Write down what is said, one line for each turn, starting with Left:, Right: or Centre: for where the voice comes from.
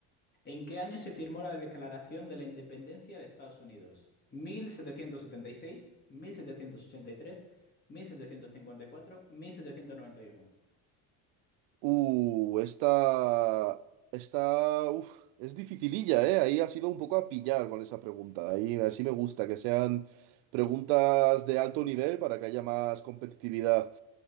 Left: ¿En qué año se firmó la Declaración de la Independencia de Estados Unidos? Mil mil mil mil setecientos setecientos setecientos setenta y y y seis, mil setecientos ochenta y tres, mil setecientos cincuenta y cuatro, mil setecientos noventa y uno.
Right: Uh, esta. Esta. Uf, es dificililla, ¿eh? Ahí ha sido un poco a pillar con esa pregunta. Ahí así me gusta, que sean preguntas de alto nivel para que haya más competitividad.